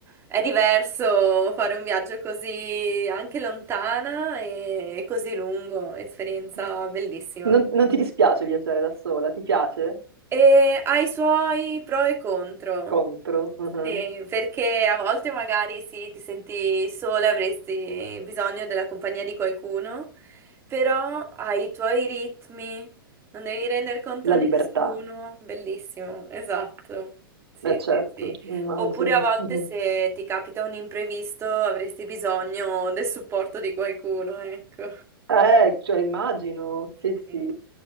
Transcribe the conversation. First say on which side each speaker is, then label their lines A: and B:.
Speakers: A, on the right; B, on the right.
A: è diverso fare un viaggio così anche lontana e così lungo, esperienza
B: <laughs>
A: bellissima.
B: Non, non ti dispiace viaggiare da sola? Ti piace?
A: E ha i suoi pro e contro.
B: Contro, mhm.
A: Sì, perché a volte magari sì, ti senti sola, avresti bisogno della compagnia di qualcuno, però hai i tuoi ritmi, non devi rendere conto a
B: La
A: nessuno.
B: libertà.
A: Bellissimo, esatto. Sì,
B: Eh certo,
A: sì, sì.
B: immagino.
A: Oppure a volte
B: Mhm.
A: se ti capita un imprevisto, avresti bisogno del supporto di qualcuno, ecco.
B: Eh, cioè immagino, sì,
A: Sì,
B: sì,